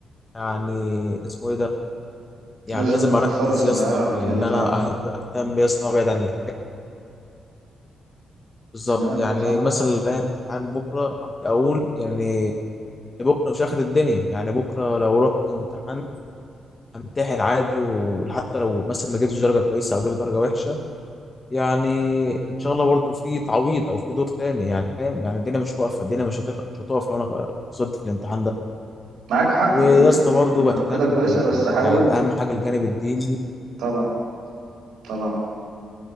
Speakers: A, on the left (about 25°); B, on the right (about 85°).
A: يعني اسمه ايه ده يعني
B: لازم
A: لازم
B: تتخلص
A: اركز يا
B: من
A: اسطى
B: القلق وكده
A: في اللي
B: فعلا
A: انا أهت- اهتم يا اسطى وابعد عن الحاجات بالظبط
B: تمام
A: يعني
B: صح
A: مثلا لو عليا امتحان بكره اقول يعني بكره مش اخر الدنيا يعني بكره لو رحت وامتحنت امتحن عادي وحتى لو مثلا ما جبتش درجه كويسه او جبت درجه وحشه يعني ان شاء الله برضه في تعويض او في دور تاني يعني فاهم يعني الدنيا مش واقفه الدنيا مش هتقف مش هتقف لو انا خسرت في الامتحان ده
B: معاك حق
A: ويا
B: دي دي
A: اسطى برضه بهتم
B: عقيدة كويسة
A: بال...
B: بس حاول
A: يعني اهم حاجه الجانب الديني
B: طبعا طبعا